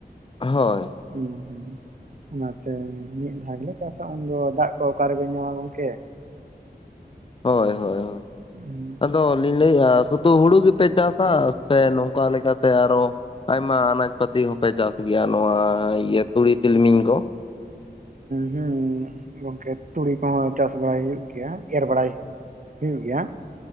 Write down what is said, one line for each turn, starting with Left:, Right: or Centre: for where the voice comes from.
Left: ᱦᱳᱭ᱾
Right: ᱦᱩᱸ ᱦᱩᱸ᱾ ᱚᱱᱟᱛᱮ ᱢᱤᱫ ᱫᱷᱟᱣ ᱜᱮᱞᱮ ᱪᱟᱥᱟ ᱩᱱᱫᱚ ᱫᱟᱜ ᱠᱚ ᱚᱠᱟᱨᱜᱮ ᱧᱟᱢᱟ ᱜᱚᱝᱠᱮ᱾
Left: ᱦᱳᱭ ᱦᱳᱭ ᱦᱳᱭ,
Right: <inaudible>
Left: ᱟᱫᱚ ᱞᱤᱧ ᱞᱟᱹᱭᱮᱫᱼᱟ ᱥᱩᱫᱩ ᱦᱩᱲᱩ ᱜᱮᱯᱮ ᱪᱟᱥᱟ ᱥᱮ ᱱᱚᱝᱠᱟ ᱞᱮᱠᱟᱛᱮ ᱟᱨᱦᱚ- ᱟᱭᱢᱟ ᱟᱱᱟᱡᱽ ᱯᱟᱹᱛᱤ ᱦᱚᱸᱯᱮ ᱪᱟᱥ ᱜᱮᱭᱟ ᱱᱚᱣᱟ ᱤᱭᱟᱹ ᱛᱩᱲᱤ ᱛᱤᱞᱢᱤᱧ ᱠᱚ᱾
Right: ᱦ ᱦᱮᱸ ᱜᱚᱝᱠᱮ ᱛᱩᱲᱤ ᱠᱚᱦᱚᱸ ᱪᱟᱥ ᱵᱟᱲᱟᱭ ᱦᱩᱭᱩᱜ ᱜᱮᱭᱟ ᱮᱨ ᱵᱟᱲᱟᱭ- ᱦᱩᱭᱩᱜ ᱜᱮᱭᱟᱜ